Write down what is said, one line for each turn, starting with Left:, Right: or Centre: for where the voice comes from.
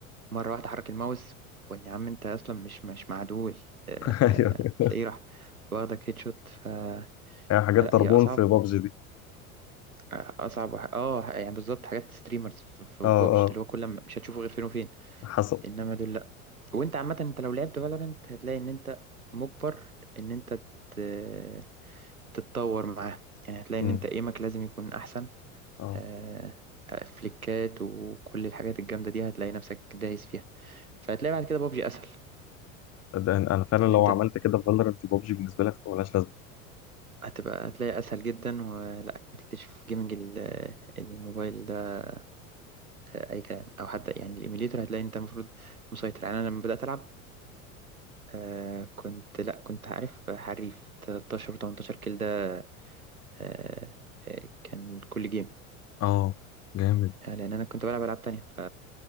Right: مرة واحدة حرك الماوس وإن يا عم أنت أصلا مش مش معدول آه
Left: <laughs> ايوه
Right: آه، تلاقيه راح واخدك هيد شوت ف...
Left: هي حاجات
Right: فلا
Left: طربون
Right: هي أصعب
Left: في بابجي دي
Right: آه، أصعب وح... آه يعني بالظبط حاجات ستريمرز في بابجي
Left: اه اه
Right: اللي هو كل ما مش هتشوفه غير فين وفين
Left: حصل
Right: إنما دول وانت عامة انت لو لعبت فالورنت هتلاقي ان انت مجبر ان انت ت- تتطور معاه يعني هتلاقي
Left: امم
Right: ان انت ايمك لازم يكون احسن
Left: اه
Right: آه، آه، فليكات وكل الحاجات الجامدة دي هتلاقي نفسك دايس فيها فهتلاقي بعد كده بابجي اسهل
Left: ده انا أنا فعلا لو
Right: ان انت
Left: عملت كده في فالورنت بابجي بالنسبه لك ملهاش لازمه
Right: هتبقى هتلاقي اسهل جدا ولا هتكتشف جيمنج ال- الموبايل ده آه، اي كلام او حتى يعني الايميليتور هتلاقي انت المفروض مسيطر يعني انا لما بدأت العب آه، كنت لا كنت عارف حريف 13 و18 كيل ده آه، آه، كان كل جيم
Left: اه جامد
Right: آه، لان انا كنت بلعب العاب تانية ف...